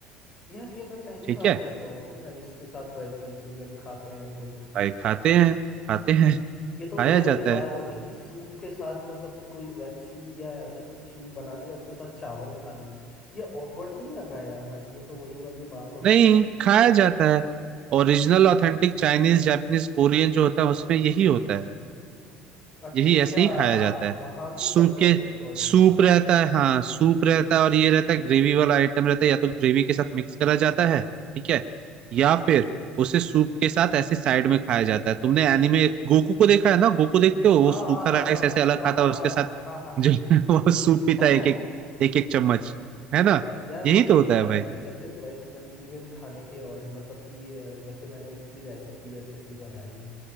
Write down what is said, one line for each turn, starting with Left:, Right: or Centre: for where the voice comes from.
Left: यार ये मैं पहली
Right: ठीक
Left: बार
Right: है
Left: सुन रहा हूँ कि राइस के साथ वेज मंचूरियन खाते हैं कोई
Right: भाई खाते हैं खाते हैं
Left: ये
Right: खाया
Left: तो वही वाली
Right: जाता
Left: बात
Right: है
Left: होगी कि सूप के साथ मतलब कि कोई वेज सूप या ऐसा कुछ सूप बना लिया उसके साथ चावल खा लिए ये ऑकवर्ड नहीं लगा यार भाई ये तो वही वाली बात हो
Right: नहीं
Left: गई कि
Right: खाया जाता है Original authentic Chinese Japanese Korean जो होता है उसमें यही होता है
Left: अच्छा
Right: यही ऐसे ही
Left: आप
Right: खाया जाता है
Left: वहाँ के
Right: सूप
Left: कल्चर
Right: के
Left: के अकॉर्डिंग
Right: सूप
Left: बता रहे
Right: रहता
Left: हो
Right: है हाँ सूप रहता है और ये रहता है ग्रेवी वाला आइटम रहता है या तो ग्रेवी के साथ मिक्स करा जाता है ठीक है या फिर उसे सूप के साथ ऐसे साइड में खाया जाता है तुमने एनीमे गोकू को देखा है ना गोकू देखते हो वो
Left: हाँ
Right: सूखा
Left: हाँ हाँ
Right: राइस ऐसे अलग खाता
Left: हाँ हाँ
Right: है
Left: हाँ
Right: उसके साथ
Left: हाँ हाँ
Right: <laughs> जो है वो सूप
Left: हाँ
Right: पीता है एक एक
Left: <laughs>
Right: एक एक चम्मच है ना
Left: या, यार
Right: यही
Left: भाई
Right: तो होता
Left: अ,
Right: है भाई
Left: जैसे वेज मंचूरियन खाने के और मतलब कि अ, जैसे मैंने इसकी रेसिपी वेसिपी बनाई